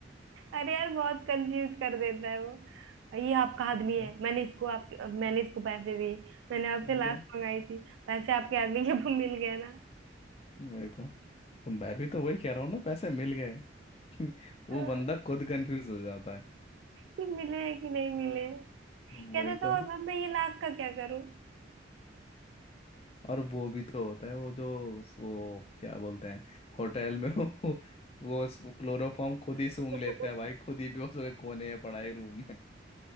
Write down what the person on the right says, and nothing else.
अरे यार बहुत कंफ्यूज कर देता है वो ये आपका
आदमी
है मैंने इसको आपके मैंने इसको पैसे दिए मैंने आपसे
लास्ट
मंगाई थी पैसे आपके आदमी के वो मिल गए ना
हाँ,
कि मिले हैं कि नहीं मिले कहते
तो
अब मैं ये लास्ट का क्या करूं
<laughs>